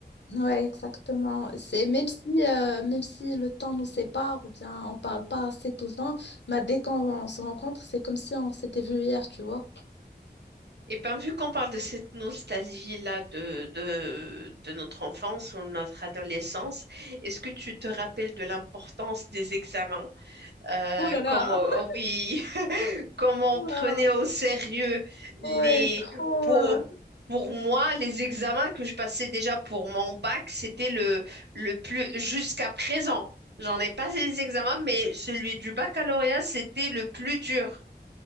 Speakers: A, on the left; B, on the right.
A: Ouais, exactement. C'est même si euh, même si le temps nous sépare ou bien on parle pas assez tout le temps, bah, dès qu'on se rencontre, c'est comme si on s'était vu hier, tu vois.
B: Et bien, vu qu'on parle de cette nostalgie-là de, de, de notre enfance ou notre adolescence, est-ce que tu te rappelles de l'importance des examens? Euh,
A: Oh là là!
B: comme, oh,
A: <laughs>
B: oui, comment
A: Wow.
B: on prenait au sérieux les
A: Ouais, trop.
B: pour,
A: euh,
B: pour moi les examens que je passais déjà pour mon bac, c'était le le plus jusqu'à présent. J'en ai passé des examens, mais celui du baccalauréat, c'était le plus dur.